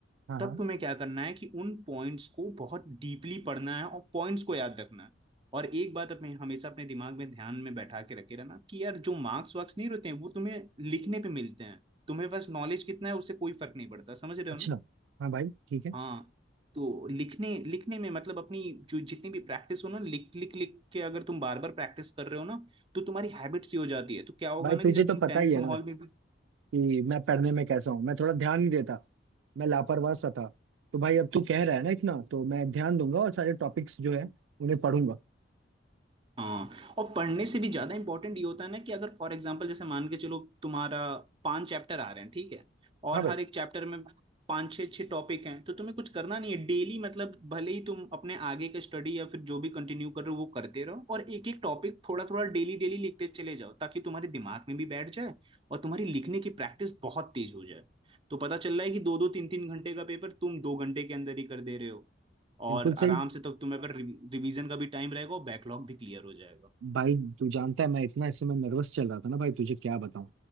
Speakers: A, on the right; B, on the right.
A: हाँ
B: तब
A: हाँ
B: तुम्हें क्या करना है कि उन पॉइंट्स को बहुत डीपली पढ़ना है और पॉइंट्स को याद रखना है और एक बात अपने हमेशा अपने दिमाग में ध्यान में बैठा के रखे रहना कि यार जो मार्क्स वार्क्स नहीं रहते हैं वो तुम्हें लिखने पे मिलते हैं तुम्हें बस नॉलेज कितना है उससे कोई फर्क नहीं पड़ता समझ रहे
A: अच्छा
B: हो ना
A: हाँ भाई ठीक है
B: हाँ तो लिखने लिखने में मतलब अपनी जो जितनी भी प्रैक्टिस हो ना लिख लिख लिख के अगर तुम बार बार प्रैक्टिस कर रहे हो ना तो तुम्हारी हैबिट्स ही हो जाती है तो क्या होगा
A: भाई
B: ना
A: तुझे
B: कि जब
A: तो
B: तुम
A: पता
B: टेंस
A: ही है
B: माहौल
A: ना
B: में भी
A: कि मैं पढ़ने में कैसा हूँ मैं थोड़ा ध्यान नहीं देता मैं लापरवाह सा था तो भाई अब तू कह रहा है ना इतना तो मैं ध्यान दूंगा और सारे टॉपिक्स जो है उन्हें पढ़ूंगा
B: हाँ और पढ़ने से भी ज्यादा इंपॉर्टेंट ये होता है ना कि अगर फॉर एग्जाम्पल जैसे मान के चलो तुम्हारा पांच चैप्टर आ रहे हैं ठीक है और
A: हाँ भाई
B: हर एक चैप्टर में पांच छः छः टॉपिक हैं तो तुम्हें कुछ करना नहीं है डेली मतलब भले ही तुम अपने आगे का स्टडी या फिर जो भी कंटिन्यू कर रहे हो वो करते रहो और एक एक टॉपिक थोड़ा थोड़ा डेली डेली लिखते चले जाओ ताकि तुम्हारे दिमाग में भी बैठ जाए और तुम्हारी लिखने की प्रैक्टिस बहुत तेज हो जाए तो पता चल रहा है कि दो दो तीन तीन घंटे का पेपर तुम दो घंटे के अंदर ही कर दे रहे हो और
A: बिल्कुल सही
B: आराम से तब तुम्हें पर रिवीजन का भी टाइम रहेगा और बैकलॉग भी क्लियर हो जाएगा
A: भाई तू जानता है मैं इतना इस समय नर्वस चल रहा था ना भाई तुझे क्या बताऊँ